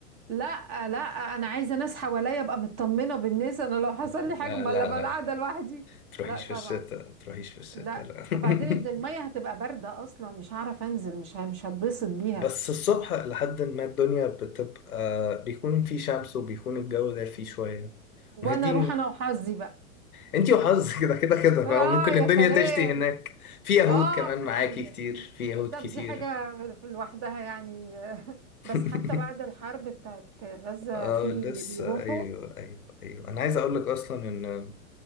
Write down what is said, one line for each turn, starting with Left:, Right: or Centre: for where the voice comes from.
Right: لا لا انا عايزه ناس حواليا ابقى مطمنه بالناس انا لو حصل
Left: لا
Right: لي حاجه ما
Left: لا
Right: لا بقى
Left: لا
Right: قاعده لوحدي
Left: تروحيش
Right: لا طبعا
Left: في الشتاء تروحيش في الشتاء
Right: لا
Left: لا
Right: وبعدين الميه
Left: <laughs>
Right: هتبقى بارده اصلا مش هعرف انزل مش ه- مش هتبسط بيها
Left: بس الصبح لحد ما الدنيا بتبقى بيكون في شمس وبيكون الجو ده فيه شوية
Right: وانا
Left: ما هي دي
Right: اروح انا وحظي بقى
Left: انتي وحظك <laughs> كده كده كده
Right: اه
Left: فممكن
Right: يا
Left: الدنيا
Right: سلام
Left: تشتي هناك في يهود
Right: اه
Left: كمان
Right: تخيل
Left: معاكي كتير في يهود
Right: طب
Left: كتير
Right: دي حاجه في لوحدها يعني <laughs>
Left: <laughs>
Right: بس حتى بعد الحرب بتاعت غزه
Left: اه
Right: في
Left: لسه
Right: بيروحوا
Left: ايوه ايوه ايوه انا عايز اقول لك اصلا ان